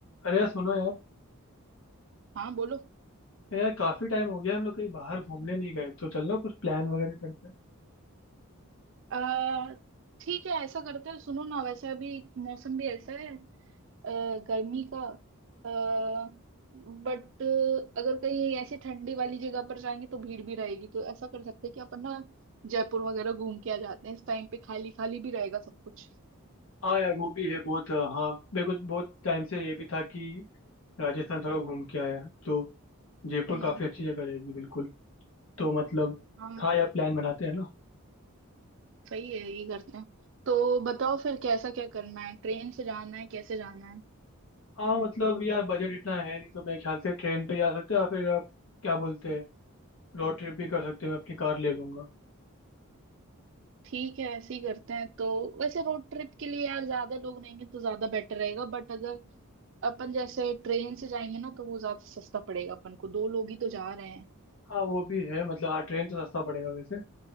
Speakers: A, on the left; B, on the right.
A: अरे यार सुनो यार
B: हाँ बोलो
A: अरे यार काफी टाइम हो गया हम लोग कहीं बाहर घूमने नहीं गए तो चलना कुछ प्लान वगैरह करते हैं
B: अ, ठीक है ऐसा करते हैं सुनो ना वैसे अभी मौसम भी ऐसा है अ, गर्मी का बट अगर कहीं ऐसे ठंडी वाली जगह पर जाएंगे तो भीड़ भी रहेगी तो ऐसा कर सकते हैं कि अपन ना जयपुर वगैरह घूम के आ जाते हैं इस टाइम पे खाली खाली भी रहेगा सब कुछ
A: हाँ यार वो भी है बहुत हाँ मेरे को बहुत टाइम से ये भी था कि राजस्थान थोड़ा घूम के आया है तो जयपुर
B: हम्म
A: काफी अच्छी जगह रहेगी बिल्कुल तो मतलब
B: हाँ
A: हाँ यार प्लान बनाते हैं ना
B: सही है यही करते हैं तो बताओ फिर कैसा क्या करना है ट्रेन से जाना है कैसे जाना है
A: हाँ मतलब यार बजट इतना है नहीं तो मेरे ख्याल से ट्रेन पे जा सकते हैं या फिर आप क्या बोलते हैं रोड ट्रिप भी कर सकते हैं मैं अपनी कार ले लूंगा
B: ठीक है ऐसे ही करते हैं तो वैसे रोड ट्रिप के लिए यार ज्यादा लोग नहीं हैं तो ज्यादा बेटर रहेगा बट अगर अपन जैसे ट्रेन से जाएंगे ना तो वो ज्यादा सस्ता पड़ेगा अपन को दो लोग ही तो जा रहे हैं
A: हाँ वो भी है मतलब हाँ ट्रेन तो सस्ता पड़ेगा वैसे